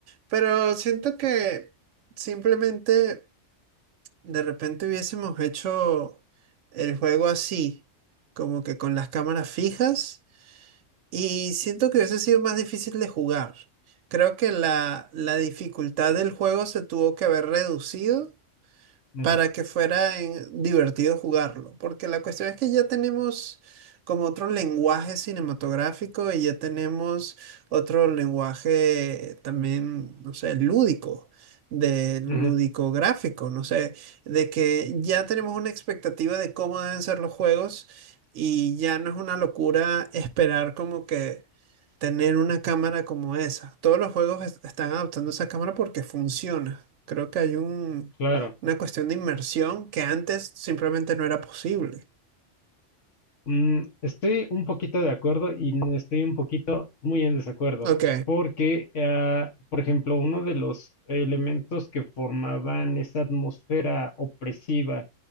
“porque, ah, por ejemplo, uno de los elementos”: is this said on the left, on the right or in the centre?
Left